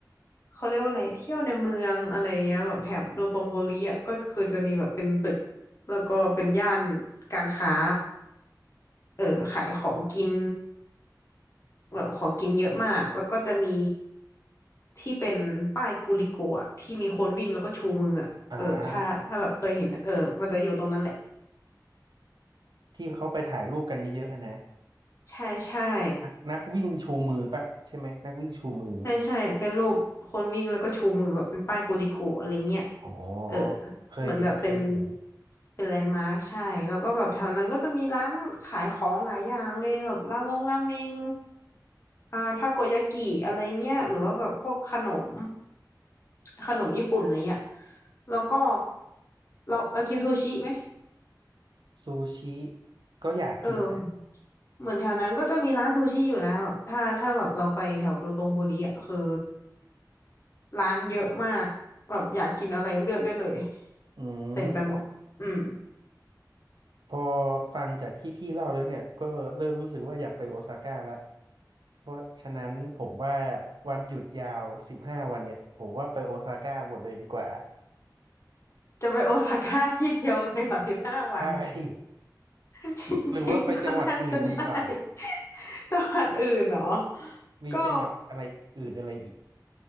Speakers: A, on the left; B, on the right.
A: เขาเรียกว่าอะไรเที่ยวในเมืองอะไรเงี้ยแบบแถบโดโตงโบริอ่ะก็คือจะมีแบบเป็นตึกแล้วก็เป็นย่านการค้าเออขายของกิน แบบของกินเยอะมาก แล้วก็จะมีที่เป็นป้ายกูลิโกะอะที่มีคนวิ่งแล้วก็ชูมืออะเออถ้าถ้าแบบเคยเห็นอะเออมันจะอยู่ตรงนั้นแหละ
B: อ่าที่เขาไปถ่ายรูปกันเยอะๆอะนะ
A: ใช่ใช่
B: นักนักวิ่งชูมือปะใช่ไหมนักวิ่งชูมือ
A: ใช่ใช่เป็นรูปคนวิ่งแล้วก็ชูมือแบบเป็นป้ายกูลิโกะอะไรเงี้ย
B: อ๋อ
A: เออ
B: เคยเห็นเคยเห็น
A: เหมือนแบบเป็นเป็นแลนด์มาร์คใช่ แล้วก็แบบแถวนั้นก็จะมีร้านขายของหลายอย่างเลยแบบรามงราเมงอ่าทาโกยากิอะไรเงี้ยหรือว่าแบบพวกขนม ขนมญี่ปุ่นอะไรเงี้ยแล้วก็เราเรากินซูชิไหม
B: ซูชิก็อยากกินนะ
A: เออเหมือนแถวนั้นก็จะมีร้านซูชิอยู่นะแบบถ้าถ้าแบบเราไปแถวโดโตงบุรีอ่ะคือร้านเยอะมากแบบอยากกินอะไรเลือกได้เลย
B: อืม
A: เต็มไปหมด อืม
B: พอฟังจากที่พี่เล่าแล้วเนี่ยก็เริ่มรู้สึกว่าอยากไปโอซาก้าละเพราะฉะนั้นผมว่าวันหยุดยาวสิบห้าวันเนี่ยผมว่าไปโอซาก้าหมดเลยดีกว่า
A: จะไปโอซาก้าที่เดียวเลยเหรอสิบห้าวัน
B: ใช่
A: <laughs> จริงๆก็น่าจะได้
B: <laughs> หรือว่าไปจังหวัดอื่นดีกว่า
A: <laughs> จังหวัดอื่นเนาะ
B: มีจังหวัดอะไรอื่นอะไรอีก
A: ก็